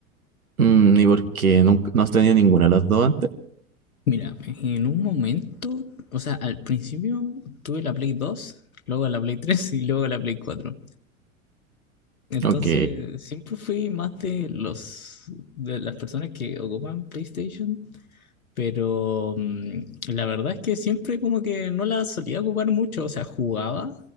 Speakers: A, on the right (about 80°); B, on the left (about 80°).
A: Mm, ¿y por qué nunca- no has tenido ninguna de las dos antes?
B: Mira, en un momento, o sea, al principio tuve la Play 2, luego la Play 3 y luego la Play 4. Entonces,
A: Ok.
B: siempre fui más de los de las personas que ocupan PlayStation pero mm, la verdad es que siempre como que no la solía ocupar mucho, o sea, jugaba,